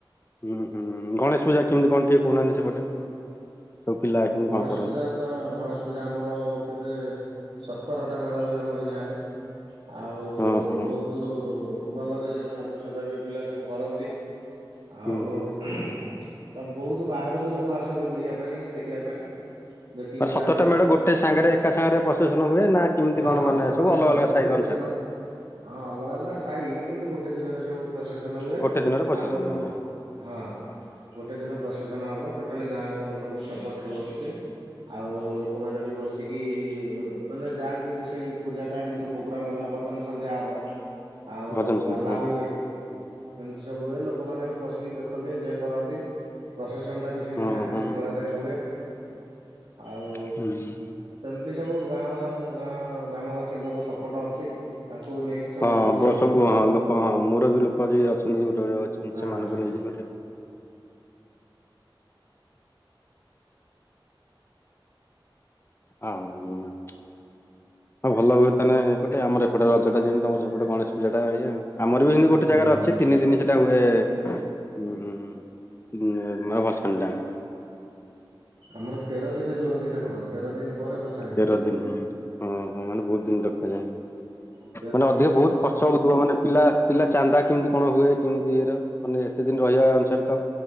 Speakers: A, on the left; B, on the right.
A: ହୁଁ ହୁଁ ଗଣେଶ ପୂଜା କେମିତି କଣ ଟିକେ କହୁନାହାନ୍ତି ସେପଟେ? ସବୁ ପିଲା କେମିତି
B: ଗଣେଶ
A: କଣ କରନ୍ତି?
B: ପୂଜା ତ ଗଣେଶ ପୂଜା ଆମର କେତେ ସତରଟା ମେଢ଼ ହୁଏ ଆମରି ଗାଁରେ। ଆଉ
A: ହଁ ହଁ
B: ବହୁତ୍ ଭଲରେ ସାଜସଜାବି ପିଲା ସବୁ କରନ୍ତି। ଆଉ
A: ହୁଁ
B: <unintelligible>
A: ହୁଁ।
B: ତ ବହୁତ୍ ବାହାରୁବି ଲୋକ ଆସନ୍ତି ବୁଲିବା ପାଇଁ ଦେ ଖିବା ପାଇଁ। ଦେଖିକି
A: <unintelligible> ସତରଟା
B: ଯାଆନ୍ତି।
A: ମେଡ଼ ଗୋଟେ ସାଙ୍ଗରେ ଏକା ସାଙ୍ଗରେ ପ୍ରଶେସନ୍ ହୁଏ ନା କେମିତି
B: ହଁ
A: କଣ
B: ହଁ
A: ମାନେ
B: ଗୋଟେ
A: ସବୁ ଅଲଗା
B: ଦିନ
A: ଅଲଗା
B: ଗୋଟେ
A: ସାହି ଅନୁସାରେ?
B: ଦିନ ହଁ ଅଲଗା ଅଲଗା ସାଇ କିନ୍ତୁ ଗୋଟେ ଦିନରେ ସବୁ ପ୍ରସେସନ ହୁଏ
A: ଗୋଟେ ଦିନରେ ପ୍ରସେସନ
B: ଆଉ
A: ହୁଏ
B: ହଁ ଗୋଟେ ଦିନ ପ୍ରସେସନ ହବ ଟୋଟାଲି ଗାଁ ଲୋକଙ୍କରବି ସପୋଟ ରହୁଚି ଆଉ ଲୋକମାନେବି ବସିକି ମାନେ ଯାହାବି ସେଇ ପୂଜା ଟାଇମରେ ପ୍ରୋଗ୍ରାମ ହେଲା ଭଜନ ସନ୍ଧ୍ୟା ହବ ଆଉ
A: ଭଜନ ସନ୍ଧ୍ୟା
B: ପାଲା
A: ହଁ
B: ହୁଏ ଏମିତି ସବୁ ହୁଏ ଲୋକମାନେବି ବସିକି ଦେଖନ୍ତି ଏଞ୍ଜୟ କରନ୍ତି ପ୍ରସେସନଟାବି ସେ ସେମିତି
A: ହଁ
B: ଶାନ୍ତି
A: ହଁ
B: ଶୃଙ୍ଖଳାରେ ହୁଏ ଆଉ
A: ହୁଁ।
B: ସେମିତି ସବୁ ଗାଁ ବାଲାଙ୍କ ଗାଁ ଗ୍ରାମବାସୀଙ୍କର ସପୋର୍ଟ ଅଛି ତାଙ୍କୁ ନେଇକି ସବୁ
A: ହଁ
B: ହଉଛି
A: ବ
B: ଆଉ।
A: ସବୁ ହଁ ଲୋକ ହଁ ମୋରବି ଲୋକ ଯିଏ ଅଛ <unintelligible>
B: ହଁ।
A: ସେମାନଙ୍କୁ ନେଇକି ହୁଁ। <unintelligible> ହଁ ଭଲ ହୁଅନ୍ତାନା ଏପଟେ ଆମର ଏପଟେ ରଜଟା ଯେମତି ତମର ସେପଟେ ଗଣେଶ ତୁ ସେଟା ଇଏ ଆମର ବି ହେମତି ଗୋଟେ
B: ହୁଁ
A: ଜାଗାରେ ଅଛି ତିନିଦିନି ସେ ଟା ହୁଏ ଉଁମ୍ ଉଁ ମାନେ ଭସାଣିଟା।
B: ଆମର ତେର ଦିନି ରୁହନ୍ତି ଠାକୁର ତେର ଦିନି ପରେ ଭସା
A: ତେର ଦିନି ଓହୋ ମାନେ ବୋହୁତ ଦିନି ରଖାଯାଏ।
B: ହୁଁ।
A: ମାନେ ଅଧିକ ବୋହୁତ ଖର୍ଚ୍ଚ ହୋଉଥୁବ ମାନେ ପିଲା ପିଲା ଚାନ୍ଦା କେମତି କଣ ହୁଏ କେମତି ଇଏର। ମାନେ ଏତେ ଦିନ ରହିବା ଏ ଅନୁସାରେ ତ